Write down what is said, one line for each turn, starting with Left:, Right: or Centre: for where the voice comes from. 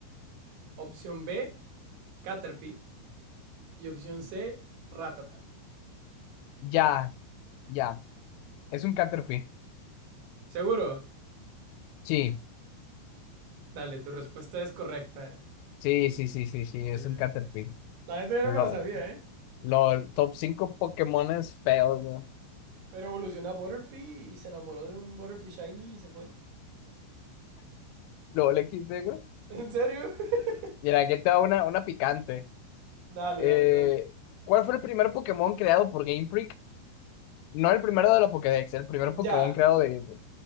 Right: Opción B, Caterpie. Y opción C, Rattata.
Left: ya, ya. Es un Caterpie.
Right: ¿Seguro?
Left: Sí,
Right: Dale, tu respuesta es correcta.
Left: sí, sí, sí, sí, sí,
Right: Sí,
Left: es un
Right: sí.
Left: Caterpie.
Right: La neta yo
Left: LOL.
Right: no me la sabía, ¿eh?
Left: LOL. Top 5 Pokémones feos, güey.
Right: Pero evolucionó a Butterfree y se enamoró de un Butterfree Shiny y se fue.
Left: LOL XD, güey.
Right: ¿En serio? <laughs>
Left: Mira, aquí te da una, una picante.
Right: dale,
Left: Eh,
Right: dale, dale.
Left: ¿cuál fue el primer Pokémon creado por Game Freak? No el primero de la Pokédex, el primer
Right: Ya,
Left: Pokémon creado de Game Freak.